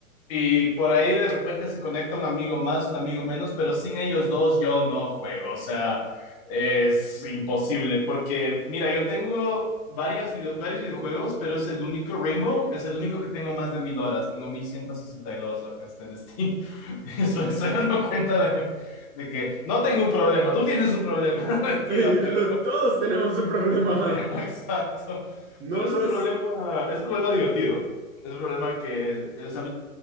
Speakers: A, on the left (about 25°); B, on the right (about 50°).
A: y por ahí de repente se conecta un amigo más, un amigo menos, pero sin ellos dos yo no juego, o sea, es imposible, porque mira, yo tengo varias video- varios videojuegos, pero es el único, Rainbow es el único que tengo más de mil horas, tengo 1162 acá está en Steam, <laughs> eso me estoy dando cuenta de, de que no tengo un problema, tú tienes un problema, <laughs>
B: <laughs>
A: mentira,
B: lo-
A: pero
B: todos tenemos un problema.
A: problema exacto,
B: No,
A: pero
B: no,
A: es
B: no,
A: un
B: es...
A: problema, es un problema divertido. Es un problema que, o sea,